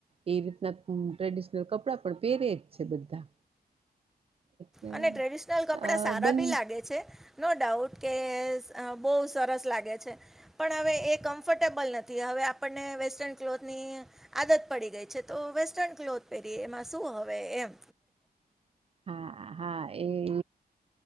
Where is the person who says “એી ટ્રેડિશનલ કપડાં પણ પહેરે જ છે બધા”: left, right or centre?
Right